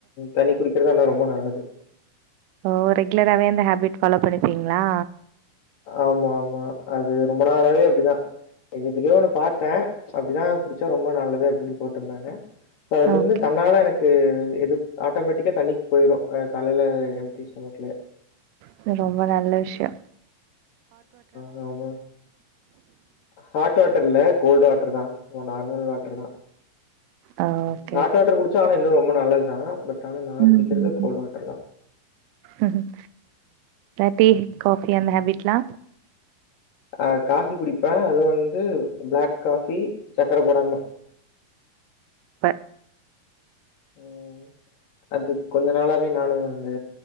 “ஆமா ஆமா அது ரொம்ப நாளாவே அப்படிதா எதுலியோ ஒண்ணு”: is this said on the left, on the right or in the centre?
Left